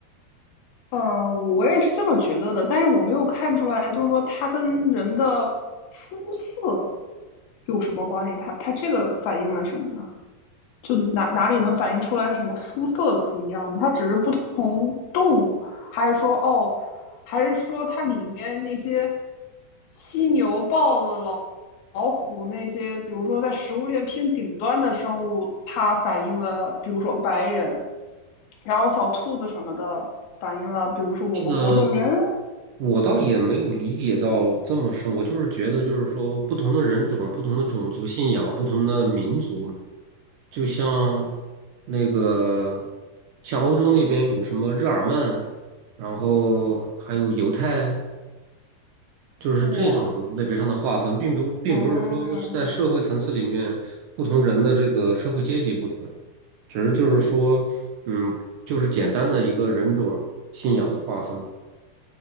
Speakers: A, on the left (about 70°); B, on the right (about 65°).
A: 呃，我也是这么觉得的，但是我没有看出来，就是说它跟人的肤色有什么关系，它它这个反映了什么呢？就哪哪里能反映出来什么肤色的不一样呢？它只是不同动物，还是说哦，还是说它里面那些犀牛、豹子、老老虎那些，比如说在食物链偏顶端的生物，它反映了，比如说白人，然后小兔子什么的反映了，比如说我们黄种人。
B: 那个我倒也没有理解到这么深，我就是觉得，就是说，不同的人种、不同的种族信仰、不同的民族嘛就像那个，像欧洲那边有什么日耳曼，然后还有犹太，就是这种类别上的划分，
A: 哇，
B: 并不并不是说是在社会层次里面不同人的这个社会阶级不同，
A: 嗯，
B: 只是就是说，嗯，就是简单的一个人种信仰的划分。